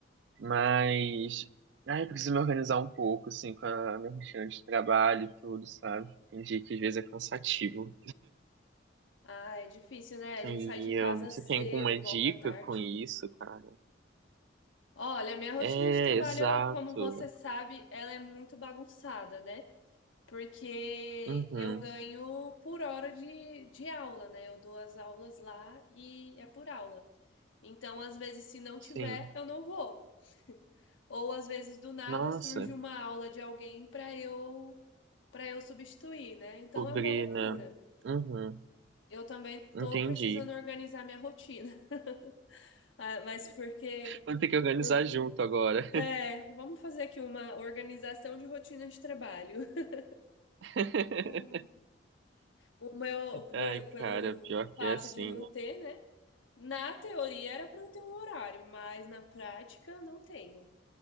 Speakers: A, on the right; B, on the left.
A: mas ai, preciso me organizar um pouco, assim, com a minha rotina de trabalho e tudo, sabe? Tem dia que às vezes é cansativo.
B: Ah, é difícil, né? A gente
A: E
B: sai de casa
A: ah, você
B: cedo,
A: tem alguma
B: volta
A: dica
B: tarde.
A: com isso, cara?
B: Olha, minha rotina
A: É,
B: de trabalho,
A: exato.
B: como você sabe, ela é muito bagunçada, né? Porque
A: Uhum,
B: eu ganho por hora de, de aula, né? Eu dou as aulas lá e é por aula. Então, às vezes, se não tiver,
A: sim.
B: eu não vou. Ou às vezes, do nada,
A: Nossa,
B: surge uma aula de alguém para eu para eu substituir, né? Então
A: pobre,
B: é uma loucura.
A: né? Uhum,
B: Eu também
A: entendi.
B: tô precisando organizar minha rotina, <laughs> Ah, mas porque
A: Vamos ter que organizar
B: por-
A: junto agora.
B: é, vamos fazer aqui uma organização de rotina de trabalho. <laughs>
A: <laughs>
B: O, o meu por-
A: Ai,
B: pelo
A: cara, pior
B: fato
A: que é assim,
B: de não
A: né?
B: ter, né? Na teoria era para eu ter um horário, mas na prática não tenho.